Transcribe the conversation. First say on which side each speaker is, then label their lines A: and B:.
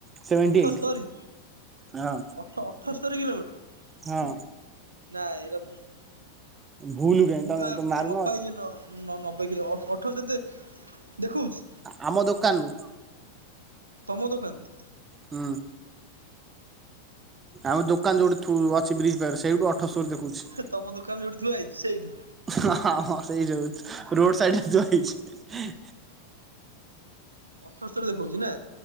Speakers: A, on the right; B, on the right.
A: ସେଭେଣ୍ଟି
B: ଅଠସ୍ତରୀ
A: ଏଇଟ୍ ହଁ
B: ଅ ଅଠସ୍ତରୀ କିଲୋମିଟର।
A: ହଁ
B: ନାଇ ଏରା ଏ
A: ଭୁଲ କାଇଁ
B: ପୁରା
A: ତମେ
B: ପୁରି
A: ମାରୁନ
B: ମପା ହେଇଛି ନ। ନ ନବେ କିଲ ଅଠର ସେତେ ଦେଖଉଛି।
A: ଆମ ଦୋକାନରୁ
B: ତମ ଦୋକାନ।
A: ହୁଁ, ଆମ ଦୋକାନ ଯୋଉଠି ଥୁ ଅଛି ବ୍ରିଜ ପାଖରେ ସେଇଠୁ ଅଠସ୍ତୁରୀ ଦେ କୁଚି।
B: ତମ ଦୋକାନ ଯଉଠି ଥୁଆହେଇଛି ସେଇଠି।
A: ହଁ ହଁ ସେଇ ଯାଉ ରୋଡ ସାଇଡର ରେ ଥୁଆ ହେଇଛି।
B: ଅଠସ୍ତୁରୀ ଦେଖଉଛି ନା।